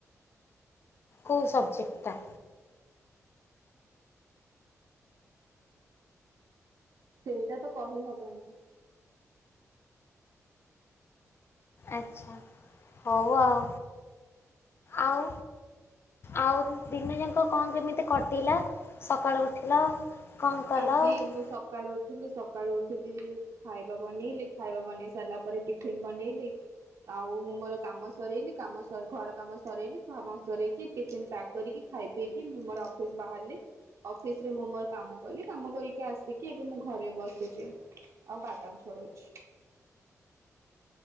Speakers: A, on the left; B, on the right.
A: କୋଉ ସବଜେକ୍ଟଟା?
B: ସେଇଟା ତ କହି ହବନି।
A: ଆଚ୍ଛା ହଉ ଆଉ। ଆଉ ଆଉ ଦିନ ଯାକଁ କଁ କେମିତି କଟିଲା? ସକାଳୁ ଉଠିଲ କଣ କଲ
B: ଆଜି
A: ହଁ
B: ମୁଁ ସକାଳୁ ଉଠିଲି ସକାଳୁ ଉଠିକି ଖାଇବା ବନେଇଲି ଖାଇବା ବନେଇ ସାରିଲା ପରେ ଟିଫିନ୍ ବନେଇଲି। ଆଉ ମୁଁ ମୋର କାମ ସରେଇଲି କାମ ସ ଘର କାମ ସରେଇଲି ଖାମ ସରେଇକି ଟିଫିନ ପ୍ୟାକ୍ କରିକି ଖାଇ ପିଇକି ମୁଁ ମୋର ଅଫିସ ବାହାରିଲି ଅଫିସରେ ମୁଁ ମୋର କାମ ଗଲି କାମ କରିକି ଆସିକି ଏବେ ମୁଁ ଘରେ ବସିଚି ଆଉ ବାଦାମ୍ ଛଡଉଛି।